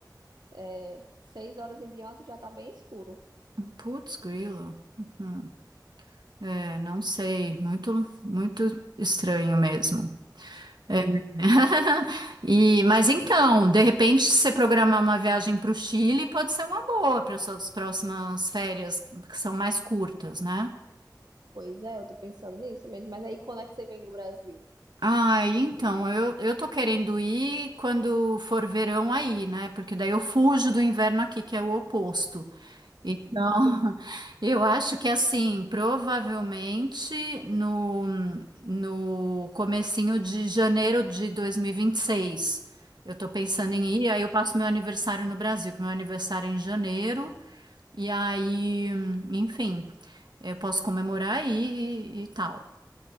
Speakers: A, on the right; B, on the right.
A: é, seis horas em diante já tá bem escuro.
B: Putz, grilo. Uhum. É, não sei, muito, muito estranho mesmo. É. <laughs> E, mas então, de repente, se você programar uma viagem para o Chile, pode ser uma boa para suas próximas férias, que são mais curtas, né?
A: Pois é, eu tô pensando nisso mesmo. Mas aí quando é que você vem no Brasil?
B: Ah, então, eu, eu tô querendo ir quando for verão aí, né? Porque daí eu fujo do inverno aqui, que é o oposto. Então, <laughs> eu acho que assim, provavelmente no, no comecinho de janeiro de dois mil e e vinte e seis eu tô pensando em ir, aí eu passo meu aniversário no Brasil, que meu aniversário é em janeiro, e aí, enfim, eu posso comemorar aí e, e tal.